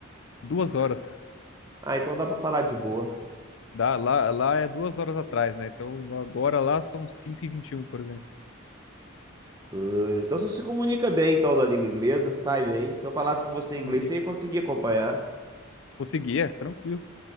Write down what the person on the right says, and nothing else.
Ah, então dá pra falar de boa.
Ah, Então você se comunica bem então na língua inglesa, sai bem. Se eu falasse com você em inglês,
você ia conseguir acompanhar.